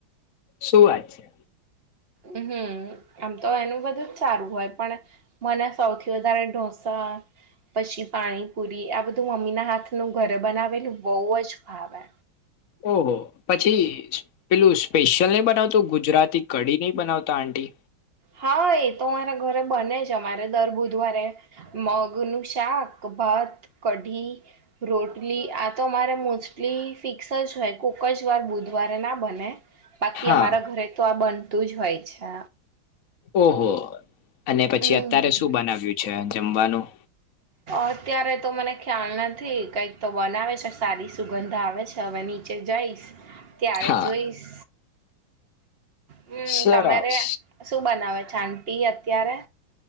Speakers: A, on the left; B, on the right.
A: સુ વાત છે
B: હમ્મ આમ તો એનું બધું જ સારું હોય પણ મને સૌથી વધારે ઢોસા પછી પાણીપુરી આ બધું મમ્મીના હાથનું ઘરે બનાવેલું બઉ અજ ભાવે
A: ઓહો પછી જ પેલું સ્પેશિયલ નહી બનાવતું ગુજરાતી કઢી નહી બનાવતા આંટી
B: હા એતો મારા ઘરે બને જ અમારે દર બુધવારે મગનું શાક ભાત કઢી રોટલી આતો અમારે મોસ્ટલી ફિક્સ જ હોય કોક જ વાર બુધવારે ના બને બાકી
A: હા
B: અમારા ઘરે તો આ બનતું જ હોય છે.
A: ઓહો અને પછી
B: હમ
A: અત્યારે શું બનાવ્યું છે જમવાનું?
B: અત્યારે તો મને ખ્યાલ નથી કઈક તો બનાવે છે સારી સુગંધ આવે છે અવ એની ચે જઈશ ત્યારે
A: હા
B: જોઈશ હમ્મ
A: સરસ
B: તમારે શું બનાવે છે આટી અત્યારે?